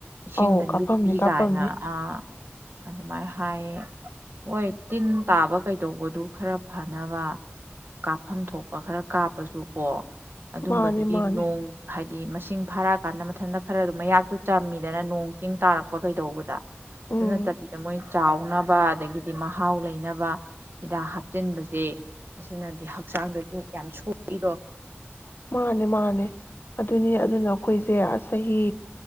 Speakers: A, on the right; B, on the left.
A: ꯏꯁꯤꯡꯗ
B: ꯑꯧ ꯀꯥꯞꯐꯝꯅꯤ
A: ꯂꯨꯞꯄꯤ
B: ꯀꯥꯞꯐꯝꯅꯤ
A: ꯀꯥꯏꯅ ꯑ ꯑꯗꯨꯃꯥꯏꯅ ꯍꯥꯏ ꯑꯣꯏ ꯇꯤꯟ ꯇꯥꯕ ꯀꯩꯗꯧꯕꯗꯨ ꯈꯔ ꯐꯅꯕ ꯀꯥꯞꯐꯝ ꯊꯣꯛꯄ ꯈꯔ ꯀꯥꯞꯄꯁꯨ ꯀꯣ ꯑꯗꯨꯝꯕꯗꯨꯗꯤ
B: ꯃꯥꯅꯦ ꯃꯥꯅꯦ
A: ꯅꯣꯡ ꯍꯥꯏꯗꯤ ꯍꯥꯏꯗꯤ ꯃꯁꯤꯡ ꯐꯥꯔꯛ ꯑꯀꯥꯟꯗ ꯃꯊꯟꯇ ꯈꯔ ꯑꯗꯨꯝ ꯃꯌꯥꯛꯇꯨ ꯆꯝꯃꯤꯗꯅ ꯅꯣꯡ ꯆꯤꯡ ꯇꯥꯔꯛꯄ ꯀꯩꯗꯧꯕꯗ ꯑꯗꯨ
B: ꯎꯝ
A: ꯅꯠꯇꯕꯤꯗ ꯃꯣꯏ ꯆꯥꯎꯅꯕ ꯑꯗꯒꯤꯗꯤ ꯃꯍꯥꯎ ꯂꯩꯅꯕ ꯍꯤꯗꯥꯛ ꯍꯥꯞꯆꯤꯟꯕꯁꯦ ꯑꯁꯤꯅꯗꯤ ꯍꯛꯆꯥꯡꯗꯗꯤ ꯌꯥꯝ ꯁꯣꯛꯏꯗꯣ
B: ꯃꯥꯅꯦ ꯃꯥꯅꯦ ꯑꯗꯨꯅꯤ ꯑꯗꯨꯅ ꯑꯩꯈꯣꯏꯁꯦ ꯑꯁ ꯆꯍꯤ